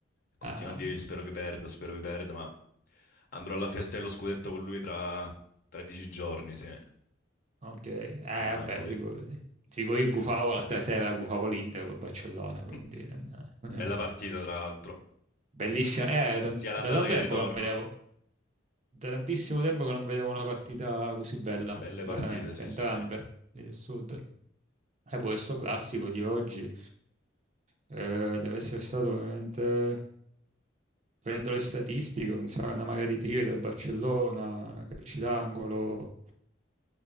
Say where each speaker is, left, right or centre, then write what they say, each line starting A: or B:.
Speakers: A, on the left; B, on the right.
A: Continuo
B: Ah,
A: a dirgli spero che perda, spero che perda, ma andrò alla festa dello scudetto con lui tra 13 giorni, sì, a
B: ok. Eh, vabbè,
A: Napoli.
B: figurati. Figo,
A: Sì,
B: io gufavo
A: sì.
B: l'altra sera, gufavo l'Inter col Barcellona,
A: <laughs>
B: quindi... non- <laughs>
A: Bella partita, tra l'altro.
B: Bellissima, eh, da,
A: Sia l'andata
B: da tanto
A: che il
B: tempo
A: ritorno.
B: che non vedevo. Da tantissimo tempo che non vedevo una partita così bella,
A: Belle
B: veramente,
A: partite, sì,
B: entrambe,
A: sì, sì,
B: il Sud. E poi sto classico di oggi eh, deve essere stato veramente, prendo le statistiche, un sa- una marea di tiri del Barcellona, calci d'angolo.